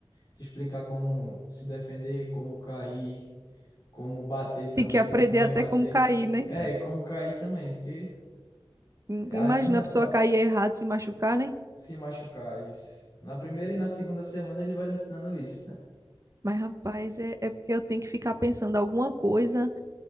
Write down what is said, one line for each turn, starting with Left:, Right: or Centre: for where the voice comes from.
Left: te explicar como se defender, como cair, como bater também,
Right: tem que aprender
Left: como rebater.
Right: até como cair, né?
Left: É, como cair também, porque
Right: Im- Imagina
Left: assim na,
Right: a pessoa
Left: na-
Right: cair errado, se machucar, né?
Left: se machucar, isso. Na primeira e na segunda semana ele vai lhe ensinando isso, né?
Right: Mas, rapaz, é, é porque eu tenho que ficar pensando alguma coisa